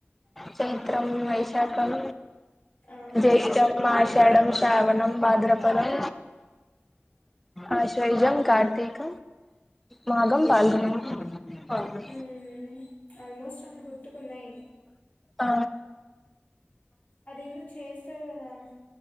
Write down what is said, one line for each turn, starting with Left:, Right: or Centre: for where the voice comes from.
Centre: చైత్రం,
Left: గుర్తుకులేవా
Centre: వైశాఖం,
Left: ఆ
Centre: జ్యేష్టం, ఆ షాఢం, శ్రావణం, భాద్రపదం ఆషాఢం కార్తీక మాఘం, పాల్గుణం అవున
Left: మ్మ్ ఆల్మోస్ట్ వాళ్ళు గుర్తుకున్నయి.
Centre: ఆ
Left: అది ఏందో చేస్తార్ కదా